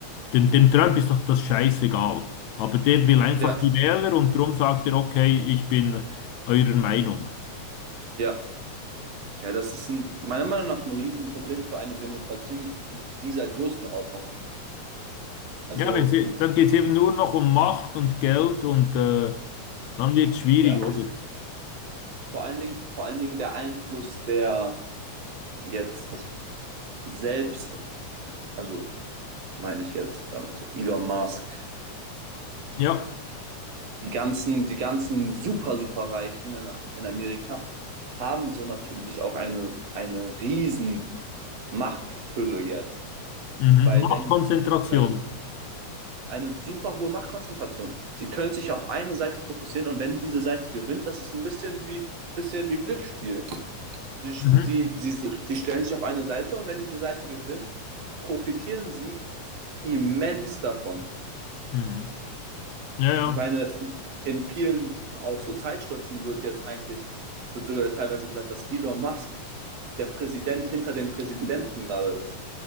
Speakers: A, on the left; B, on the right.
A: dem, dem Trump ist doch das scheißegal. Aber der will einfach
B: Ja,
A: die Wähler und darum sagt er, okay, ich bin eurer Meinung.
B: ja. Ja, das ist ein, meiner Meinung nach ein Riesenproblem für eine Demokratie dieser Größenordnung. Also,
A: Ja, wenn's, e- dann geht es eben nur noch um Macht und Geld und äh, dann wird es schwierig,
B: ja,
A: oder?
B: vor allen Dingen, vor allen Dingen der Einfluss der jetzt selbst, also meine ich jetzt damit so Elon Musk,
A: Ja,
B: die ganzen, die ganzen super, super Reichen in, in Amerika haben so natürlich auch eine, eine riesen Machtfülle jetzt.
A: mhm.
B: Weil
A: Machtkonzentration.
B: wenn, sie können, eine super hohe Machtkonzentration. Sie können sich auf eine Seite fokussieren und wenn diese Seite gewinnt, das ist ein bisschen wie, bisschen wie Glücksspiel. Sie,
A: Mhm.
B: sie, sie, sie stellen sich auf eine Seite und wenn diese Seite gewinnt, profitieren sie immens davon.
A: Mhm. Ja, ja.
B: Ich meine, in vielen auch so Zeitschriften wird jetzt eigentlich, wird sogar teilweise gesagt, dass Elon Musk der Präsident hinter dem Präsidenten gerade ist.